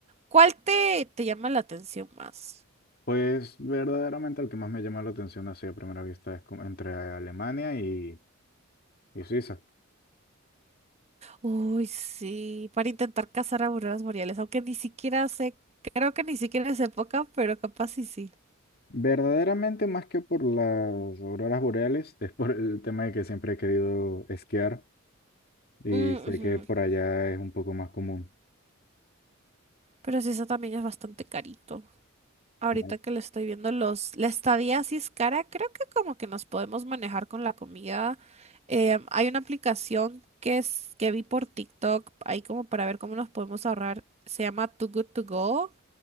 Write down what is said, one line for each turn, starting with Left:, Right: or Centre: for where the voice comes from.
Right: cuál te, te llama la atención más?
Left: Pues verdaderamente el que más me llama la atención así a primera vista es como entre Alemania y, y Suiza.
Right: Uy, sí, para intentar cazar auroras boreales, aunque ni siquiera sé, creo que ni siquiera es época, pero capaz sí sí.
Left: Verdaderamente, más que por las auroras boreales, es por el tema de que siempre he querido esquiar y
Right: Mm,
Left: sé
Right: ujú.
Left: que por allá es un poco más común.
Right: Pero sí, eso también es bastante carito. Ahorita
Left: Vale.
Right: que lo estoy viendo, los, la estadía sí es cara, creo que como que nos podemos manejar con la comida. Eh, hay una aplicación que es, que vi por TikTok, ahí como para ver cómo nos podemos ahorrar, se llama Too Good To Go.